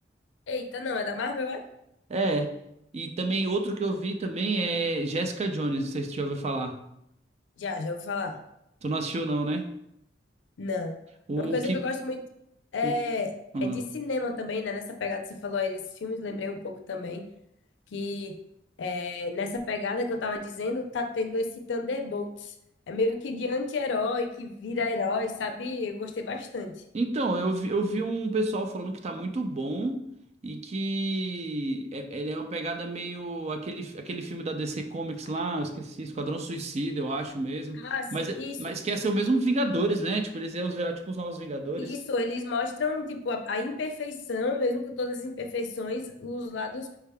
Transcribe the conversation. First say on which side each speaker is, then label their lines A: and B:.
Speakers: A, on the left; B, on the right.
A: Eita, não, é da Marvel, é?
B: É. E também outro que eu vi também é Jessica Jones, não sei se tu já ouviu falar.
A: Já, já ouvi falar.
B: Tu não assistiu, não, né?
A: Não.
B: O,
A: É Uma coisa
B: o que.
A: que eu gosto muito é,
B: O,
A: é
B: ah.
A: de cinema também, né? Nessa pegada que você falou aí desses filmes, lembrei um pouco também que é, nessa pegada que eu tava dizendo, tá tendo esse Thunderbolts. É meio que de anti-herói que vira herói, sabe? Eu gostei bastante.
B: Então, eu vi, eu vi um pessoal falando que tá muito bom e que é- ele é uma pegada meio aquele, aquele filme da DC Comics lá, eu esqueci, Esquadrão Suicida, eu acho mesmo.
A: Ah, sim,
B: Mas, é-
A: isso.
B: mas que ia ser o mesmo Vingadores, né? Tipo, eles iam virar tipo os novos Vingadores.
A: Isso, eles mostram, tipo, a, a imperfeição, mesmo que todas as imperfeições, os lados